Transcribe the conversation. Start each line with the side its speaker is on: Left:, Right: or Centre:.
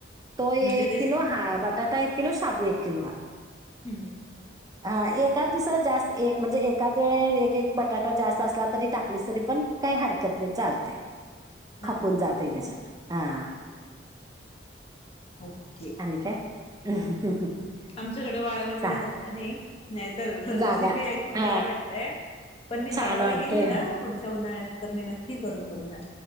Right: ते
Left: म्हणजे
Right: एक
Left: तेच
Right: किलो हा बट बटाटा एक किलो, शाबू एक किलो बा.
Left: हूं!
Right: हा एकाद दुसरा जास्त एक म्हणजे एकाद वेळे एक, एक, बटाटा जास्त असला तरी टाकलीस तरी पण काही हरकत नाही चालतय. खपून
Left: हा
Right: जाते त्याच्यात हा
Left: ओके
Right: आणि काय? <unintelligible>
Left: आमच्याकडे वाळवणा
Right: चालेल.
Left: ला जागा नाही नाहीतर
Right: जागा
Left: रेसिपी ऐकून
Right: हा
Left: बरं वाटतय, पण मी
Right: छान
Left: गावाला
Right: वाटतय
Left: गेली ना पुढच्या उन्हाळ्यात तर मी नक्की करून बघणार.